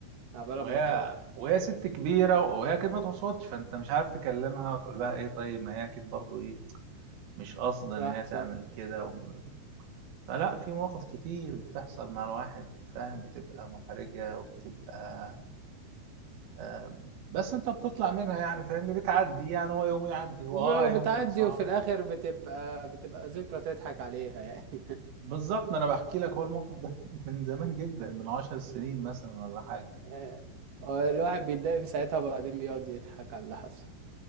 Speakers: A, on the right; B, on the right.
A: قبل
B: وهي
A: ما تروح
B: وهي ست كبيرة وهي أكيد ما تقصدش فأنت مش عارف تكلمها وتقول لها إيه طيب ما هي أكيد برضو إيه مش قاصدة
A: صح
B: إن هي تعمل
A: صح
B: كده و... فلا في مواقف كتير بتحصل مع الواحد فاهم بتبقى محرجة وبتبقى آم، بس أنت بتطلع منها يعني فاهمني بتعدي يعني هو يوم يعدي هو
A: ب-
B: آه يوم
A: بتعدي
B: كان صعب
A: وفي الآخر بتبقى بتبقى ذكرى تضحك عليها يعني
B: بالظبط ما أنا بحكي لك هو الموقف ده <laughs> من زمان جدا من عشر سنين مثلا ولا حاجة
A: <laughs> الواحد بيتضايق في ساعتها وبعدين بيقعد يضحك على اللي حصل